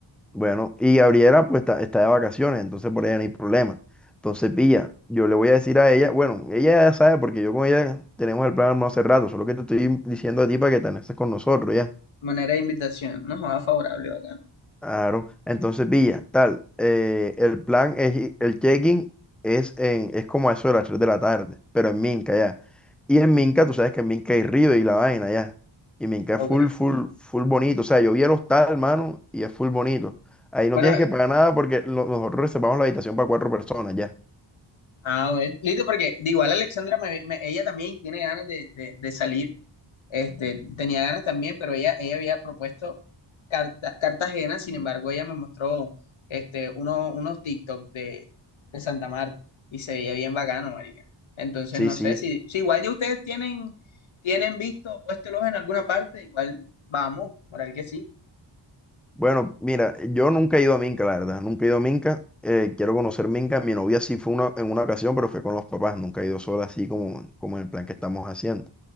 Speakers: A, in the centre; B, on the left.
A: Bueno, y Gabriela pues está, está de vacaciones, entonces por ella no hay problema. Entonces, pilla, yo le voy a decir a ella, bueno, ella ya sabe porque yo con ella tenemos el plan armado hace rato, solo que te estoy diciendo a ti para que te anexes con nosotros, ya.
B: Manera de invitación, no jodas, favorable, bacano.
A: Claro, entonces Villa, tal, eh, el plan es, i- el check-in es, en, es como a eso de las 3 de la tarde, pero en Minca ya. Y en Minca, tú sabes que en Minca hay río y la vaina ya. Y Minca
B: Ok.
A: es full, full, full bonito. O sea, yo vi el hostal, hermano, y es full bonito. Ahí no
B: Bueno,
A: tienes que pagar nada porque lo- nosotros reservamos la habitación para cuatro personas ya.
B: Ah, bueno, listo, porque de igual Alexandra, me- me- ella también tiene ganas de, de- de salir, este, tenía ganas también, pero ella, ella había propuesto Carta- Cartagena, sin embargo, ella me mostró este, uno, unos TikTok de, de Santa Marta y se veía bien bacano, marica. Entonces,
A: Sí,
B: no
A: sí.
B: sé, si, si igual ya ustedes tienen, tienen visto, puéstelos en alguna parte, igual vamos, moral que sí.
A: Bueno, mira, yo nunca he ido a Minca, la verdad. Nunca he ido a Minca. eh, quiero conocer Minca. Mi novia sí fue una, en una ocasión, pero fue con los papás. Nunca he ido sola así como, como en el plan que estamos haciendo.